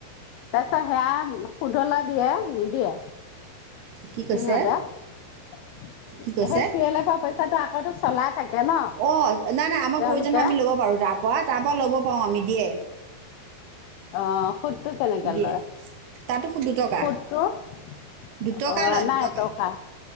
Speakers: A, on the left (about 85°); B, on the right (about 75°).
A: তাৰপিছত সেয়া সোদলে দিয়ে নিদিয়ে
B: কি কৈছে
A: সিহঁতে সেই
B: কি কৈছে
A: চি এলফৰ পইচাটো আকৌ টো চলাই থাকে ন
B: অ নাই নাই আমাৰ
A: তেওঁলোকে
B: প্ৰয়োজন হয় আমি ল'ব পাৰো তাৰপৰা তাৰপৰা ল'ব পাৰো আমি দিয়ে
A: অহ সুদটো কেনেকে
B: দিয়ে
A: লয়
B: তাতো দুটকা
A: সুদটো অ
B: দুটকা লয়
A: আমাৰ
B: দুটকা
A: এটকা